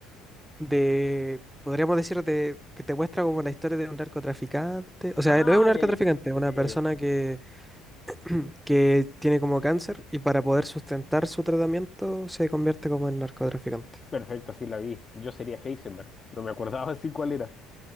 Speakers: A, in the centre; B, on the left (about 30°).
A: de, podríamos decir, de, que te muestra como la historia de un narcotraficante. O sea,
B: Ah,
A: no es un narcotraficante,
B: ya, ya,
A: es una
B: ya,
A: persona
B: ya, ya.
A: que <clears throat> que tiene como cáncer y para poder sustentar su tratamiento se convierte como en narcotraficante.
B: Perfecto, sí la vi. Yo sería Heisenberg. No me acordaba así cuál era.